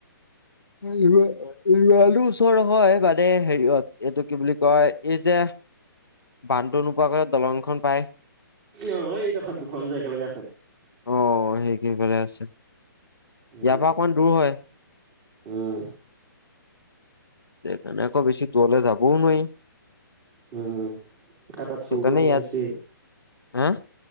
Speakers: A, on the left (about 80°); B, on the right (about 25°).
A: <inaudible> ইমানো ওচৰ নহয় মানে হেৰিয়ত এইটো কি বুলি কয় এই যে বানটো নোপোৱা আগতে দলংখন পাই
B: অ', এইদোখত দুখন যে একেলগে আছে।
A: অ' <unintelligible> সেই কই ভাল আছে
B: উম,
A: ইয়াৰ পৰা অকণমান দূৰ হয়।
B: উম,
A: সেইকাৰণে আকৌ বেছি দূৰলৈ যাবও নোৱাৰি
B: উম। আৰু তাত চুৰটো
A: সেইকাৰণে
B: অকমান
A: ইয়াত,
B: বেছি,
A: হা